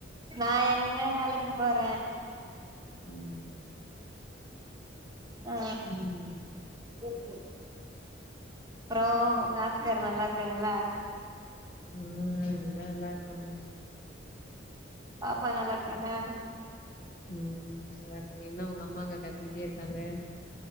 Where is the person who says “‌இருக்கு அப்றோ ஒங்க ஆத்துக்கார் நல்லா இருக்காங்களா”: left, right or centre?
Right